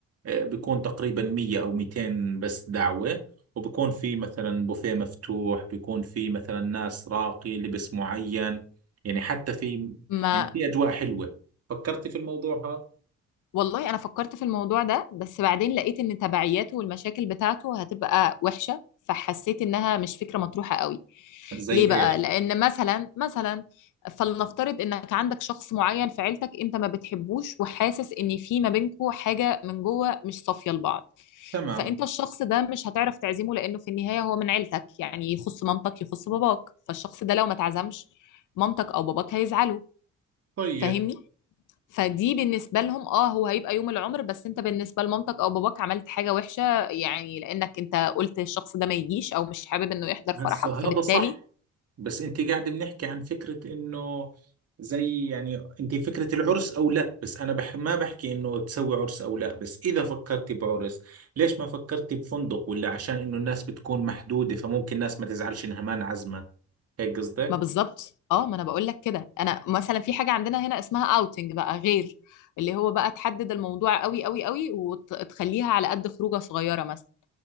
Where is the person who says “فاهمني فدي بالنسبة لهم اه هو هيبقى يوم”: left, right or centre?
Left